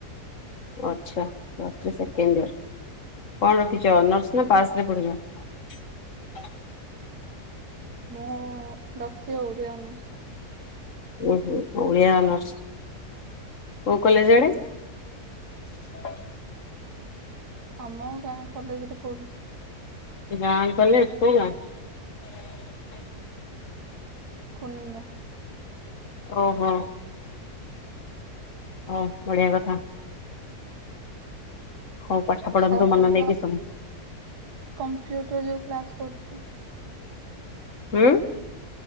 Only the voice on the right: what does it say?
ମୁଁ ରକିଚି ଓଡିଆ ଅନସ୍।
ଆମ ଗାଁ କଲେଜ ରେ ପଢୁଛି।
କୁନିନ୍ଦା
ତା
ସହିତ
କମ୍ପ୍ୟୁଟର ଯୋଉ କ୍ଲାସ କରୁଛି।